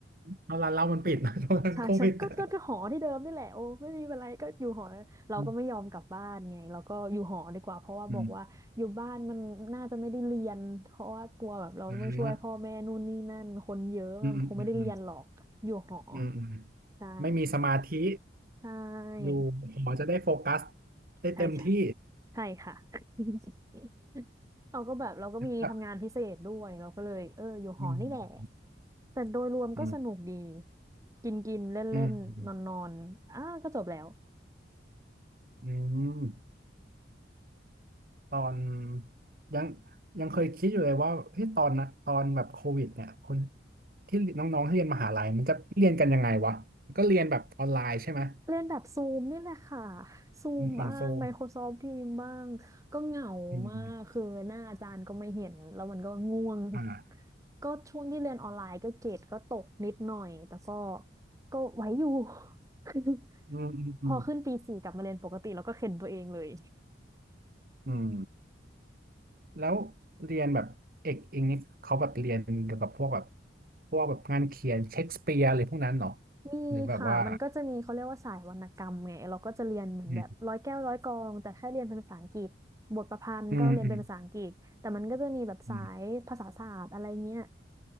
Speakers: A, on the right (about 50°); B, on the right (about 15°).
A: เอาร้านเหล้ามันปิดนะตอนนั้นโควิดอะ
B: ใช่ใช่ก็ก็ก็หอที่เดิมนี่แหละโอ้ไม่มีอะไรก็อยู่หอเราก็ไม่ยอมกลับบ้านไงเราก็อยู่หอดีกว่าเพราะว่าบอกว่าอยู่บ้านมันน่าจะไม่ได้เรียนเพราะว่ากลัวแบบเราต้องช่วยพ่อแม่นู่นนี่นั่นคนเยอะมันคงไม่ได้เรียนหรอกอยู่หอ
A: อืมอืมอ่าอืมอืมอืมอืมอืมอืม
B: ใช่
A: ไม่มีสมาธิ
B: ใช่
A: อยู่หมอจะได้โฟกัสได้เต็มที่
B: ใช่ใช่ใช่ค่ะ <laughs> เราก็แบบเราก็มีทำงานพิเศษด้วยเราก็เลยเอออยู่หอนี่แหละ
A: ครับอืม
B: แต่โดยรวมก็สนุกดี
A: อืม
B: กินกินเล่นเล่นนอนนอนๆอ้าก็จบแล้ว
A: อืมอืมอืมตอนยังยังเคยคิดอยู่เลยว่าเฮ้ยตอนนะตอนแบบโควิดเนี่ยคนที่น้องๆที่เรียนมหาลัยมันจะเรียนกันยังไงวะก็เรียนแบบออนไลน์ใช่ไหม
B: เรียนแบบซูมนี่แหละค่ะซูมบ้าง
A: ผ่านโซม
B: Microsoft Teams บ้างก็เหงามากคือหน้าอาจารย์ก็ไม่เห็นแล้วมันก็ง่วง
A: อืม อ่า
B: ก็ช่วงที่เรียนออนไลน์ก็เกรดก็ตกนิดหน่อยแต่ก็ก็ไหวอยู่ <laughs> คือ
A: อืมอืมอืม
B: พอขึ้นปีสี่กลับมาเรียนปกติแล้วก็เข็นตัวเองเลย
A: อืมแล้วเรียนแบบเอกอิงนี่เขาแบบเรียนเกี่ยวกับพวกแบบพวกแบบงานเขียนเชคสเปียร์อะไรพวกนั้นเหรอ
B: มีค่ะมันก็จะมีเขาเรียกว่าสายวรรณกรรมไงเราก็จะเรียนเหมือนแบบร้อยแก้วร้อยกลองแต่แค่เรียนเป็นภาษาอังกฤษบทประพันธ์ก็เรียนเป็นภาษาอังกฤษแต่มันก็จะมีแบบสายภาษาศาสตร์อะไรเงี้ย
A: หรือแบบว่าอืมอืมอืมอืม